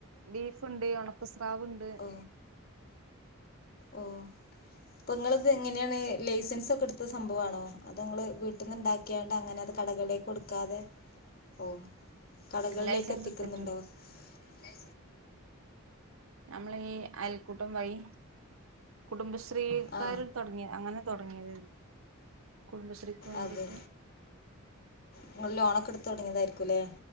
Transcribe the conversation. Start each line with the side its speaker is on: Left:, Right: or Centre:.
Right: ബീഫുണ്ട് ഒണക്ക സ്രാവുണ്ട്
Left: ഓ ഓ അപ്പൊ ഇങ്ങളിത് എങ്ങനെയാണ് ലൈസെൻസ് ഒക്കെ എടുത്ത സംഭവാണോ അതോ ഇങ്ങള് വീട്ടിന്നു ക്ക്യ്യാണ്ടങ്ങനെ അത് കടകളിലേക്കൊടുക്കാത് ഓ കടകളിലേക്കെത്തിക്കുന്നൊണ്ടൊ
Right: ലൈസൻസ് എടുത്തിട്ട്
Left: ഏ
Right: നമ്മളീ അയൽക്കൂട്ടം വയി കുടുംബ ശ്രീ ശ്രീക്കാരിൽ
Left: ആ
Right: തൊടങ്ങിയാ അങ്ങനെ തൊടങ്ങിയായിത് കുടുംബശ്രീക്കു വേണ്ടീട്ട്
Left: അതെ ഇങ്ങള് ലോണൊക്കെടുത്ത് തൊടങ്ങീതായിരിക്കുല്ലേ